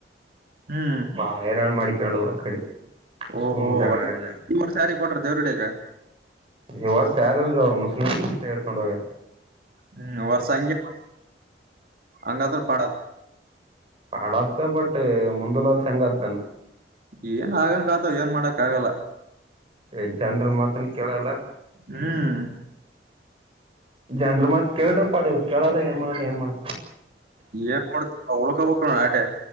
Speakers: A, on the right; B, on the right.
A: ಹ್ಮ್
B: ಬಾಳ ಹೇರಳ್ ಮಾಡಿಕೊಂಡು ಆ ಕಡೆ ಸುಮ್
A: ಓಹೋ
B: ಜಗಳಾಡಿ
A: ನಿಮ್ಮ್ರ ಸ್ಯಾರಿ ಕೊಟ್ರ ದೇವ್ರಡಗ
B: ಇವರ್ ಸಾರ ಅಲ್ರರಿ ಅವರು ಮುಸ್ಲಿಮ ಅಷ್ಟೆ ಹೇಡ್ಕೊಂಡ್ ಹೋಗ
A: ಹ್ಮ್ ವರ್ಷ ಅಂಗಿ ಅಂಗತ್ರ ಪಡ
B: ಪಾಡತ್ತ ಬಟ್ ಮುಂದಲರ್ ಹೆಂಗತಾನ
A: ಏನ್ ಆಗಂಗ ಆತವ ಏನ್ ಮಾಡಕ್ ಆಗಲ್ಲ
B: ಏ ಜನರ ಮಾತನ್ ಕೇಳಲ್ಲ
A: ಹ್ಮ್
B: ಜನ್ರ ಮತ್ ಕೇಳ್ರ ಪಾಡವ್ ಕೇಳಲ್ಲ ಏನ್ ಮಾಡೋಲ್ಲ ಏನ್ ಮಾಡತ
A: ಏನ್ ಮಾಡತ ಉಳ್ಕಬೇಕ ಆಟೆ